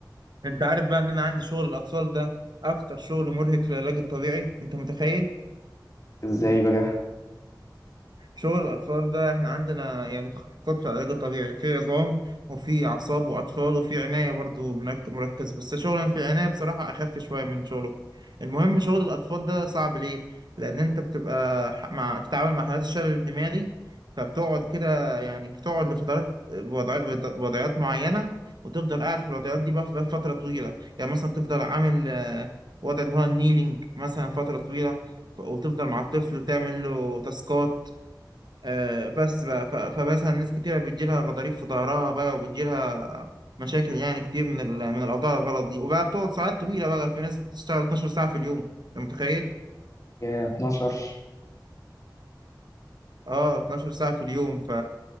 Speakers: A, on the right; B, on the left.
A: انت عارف بقى ان انا عندي شغل الاطفال ده اكتر شغل مرهق في العلاج الطبيعي انت متخيل
B: ازاي بقى
A: شغل الأطفال ده إحنا عندنا يعني تخصصات في العلاج الطبيعي في عظام وفي أعصاب وأطفال وفي عناية برضو منك- مركز بس شغل في العناية بصراحة أخف شوية من شغله المهم شغل الأطفال ده صعب ليه؟ لأن أنت بتبقى ح- مع بتتعامل مع حالات الشلل الدماغي فبتقعد كده يعني بتقعد لفترات وضع- وضعيات معينة وتفضل قاعد في الوضعيات دي بقى بقى فترة طويلة يعني مثلا تفضل عامل آه، وضع اللي هو النيلينج مثلا فترة طويلة وتفضل مع الطفل وتعمل له تاسكات آه، بس بقى ف- فمثلا ناس كتيرة بتجيلها غضاريف في ظهرها بقى وبتجيلها مشاكل يعني كتير من ال- من الأوضاع الغلط دي وبقى بتقعد ساعات طويلة بقى في ناس بتشتغل 12 ساعة في اليوم أنت متخيل؟
B: يا 12
A: اه 12 ساعة في اليوم ف...